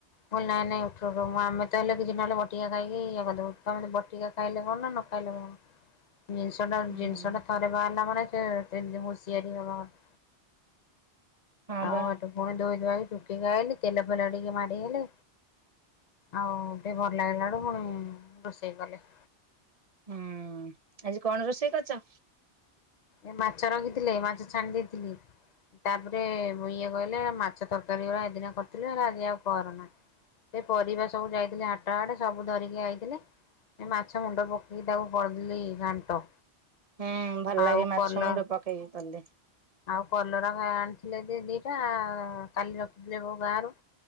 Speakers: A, on the left; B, on the right.
A: ମୁଁ ଅଇଲି ନାଇଁ, ନାଇଁ, ଉଠ ଉଠ। ମୁଁ ଆମେ ତହେଲେ କିଛି ନହେଲେ ବଟିକା ଖାଇକି ଇଏ କରିଦବୁ। ତମେ ତ ବଟିକା ଖାଇଲେ କଣ ନା, ନଖାଇଲେ କଣ? ଜିନିଷ ଟା
B: ହୁଁ
A: ଜିନିଷ ଟା ଥରେ ବାହାରିଲା ମାନେ ସେ ସେମିତି ହୁସିିଆରି ହେବା କଥ୍
B: ହଁ
A: ଆଉ
B: ବା
A: ହେଠୁ ପୁଣି ଧୋଇ ଧୁଆକି ଚୁକିକି ଆଇଲି। ତେଲ ଫେଲ ଟିକେ ମାରି ହେଲି। ଆଉ ଟିକେ ଭଲ ଲାଗିଲା ଠୁ, ପୁଣି ରୋଷେଇ କଲି।
B: ହୁଁ, ଆଜି କଣ ରୋଷେଇ କରିଚ?
A: ଏ ମାଛ ରଖିଥିଲେ, ମାଛ ଛାଣି ଦେଇଥିଲି। ତା'ପରେ ମୁଁ ଇଏ କହିଲେ ମାଛ ତରକାରୀ ଗୁରା ହେଦିନ କରିଥିଲି, ହେରା ଆଜି ଆଉ କରନା। ସେ ପରିବା ସବୁ ଯାଇଥିଲେ ହାଟ ଆଡେ, ସବୁ ଧରିକି ଆ ଇଥିଲେ। ଏ ମାଛ ମୁଣ୍ଡ ପକେଇକି ତାକୁ କରିଦେଲି ଘାଣ୍ଟ।
B: ହୁଁ, ଭଲ
A: ଆଉ
B: ଲାଗେ
A: କଲ
B: ମାଛ ମୁଣ୍ଡ ପକେଇକି କଲେ।
A: ଆଉ କଲରା କାଇଁ ଆଣିଥିଲେ ଯେ ଦିଟା-ଆ, କାଲି ରଖିଥିଲେ କଉ ଗାଁରୁ?